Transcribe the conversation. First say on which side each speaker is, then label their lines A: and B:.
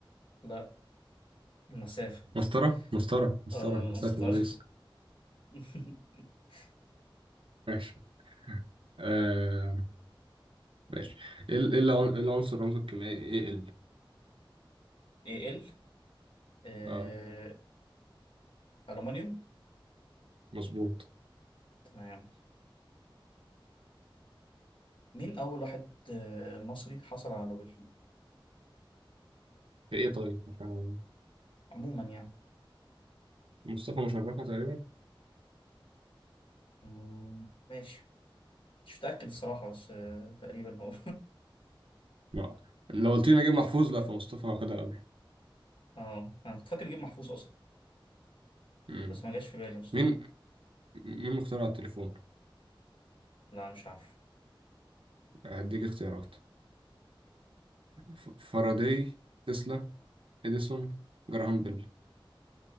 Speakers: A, on the left; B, on the right.
A: لا المسافة <laughs>
B: مسطرة مسطرة مسطرة
A: اه
B: مسافة
A: مسطر
B: سبيس
A: <laughs>
B: ماشي آه ماشي ايه ال- إيه العن- إيه العنصر رمزه الكيميائي ايه ال
A: ايه ال آه،
B: اه
A: ألمنيوم
B: مظبوط
A: تمام مين أول واحد آه، مصري حصل على نوبل
B: ايه طيب مش عارف.
A: عموما يعني
B: مصطفى مشرفة تقريبا
A: مم، ماشي مش متأكد الصراحة بس آه، تقريبا هو
B: لا لو قلت لي نجيب محفوظ لا فمصطفى واخدها قبل
A: <laughs> اه أنا كنت فاكر نجيب محفوظ أصلا
B: مم.
A: بس ما جاش في بالي مصطفى
B: مين مين مخترع التليفون؟
A: لا مش عارف
B: هديك اختيارات ف- فاراداي تسلا اديسون جراهام بيل